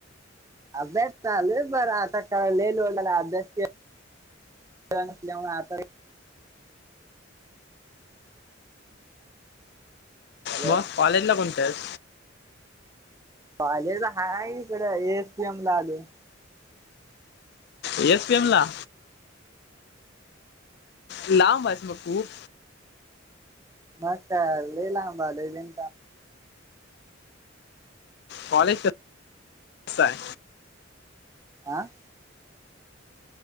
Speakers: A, on the right (about 15°); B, on the left (about 60°).
A: अभ्यास चाललंय बरा आता काय लई लोड अभ्यास <unintelligible> मुळे आता हॅलो
B: मग कॉलेज ला कोणत्या आहेस?
A: कॉलेज हाय इकड एसी एम ला आलोय.
B: ए एस पी एम ला. लांब आहेस मग खूप‌
A: मग काय लय लांब आलोय <unintelligible>
B: कॉलेज कसाय?
A: आं.